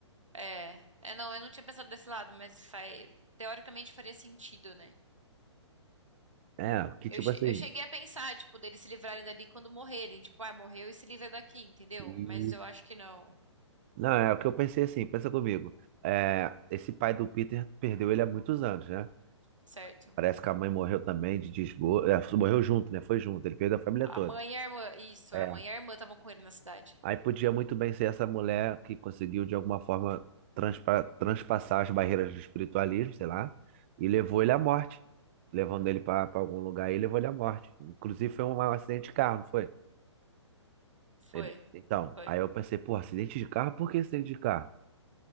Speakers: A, on the right (about 85°); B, on the right (about 25°).
A: é, é, não, eu não tinha pensado desse lado, mas faz, teoricamente faria sentido, né?
B: É, que
A: Eu,
B: tipo
A: che-
B: assim.
A: eu cheguei a pensar, tipo, deles se livrarem dali quando morrerem, tipo, ah, morreu e se livra daqui, entendeu?
B: isso.
A: Mas eu acho que não,
B: Não, é o que eu pensei assim, pensa comigo. É, esse pai do Peter perdeu ele há muitos anos, né?
A: certo?
B: Parece que a mãe morreu também de desgosto. É, morreu junto, né? Foi junto, ele perdeu a família
A: A
B: toda.
A: mãe e a irmã, isso,
B: É,
A: a mãe e a irmã estavam com ele na cidade.
B: Aí podia muito bem ser essa mulher que conseguiu, de alguma forma, transpa- transpassar as barreiras do espiritualismo, sei lá, e levou ele à morte. Levando ele para algum lugar e levou ele à morte. Inclusive, foi um acidente de carro, não foi?
A: Foi,
B: Ele- Então,
A: foi.
B: aí eu pensei, pô, acidente de carro? Por que acidente de carro?